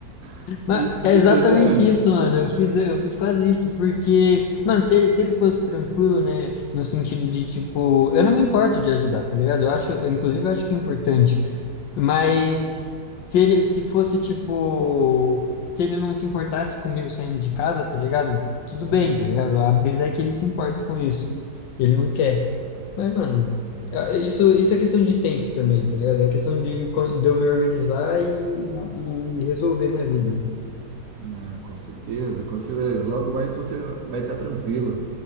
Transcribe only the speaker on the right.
<laughs>
en-
entendeu?
Hum.
Ah, com certeza, com certeza. Logo mais você vai estar tranquilo,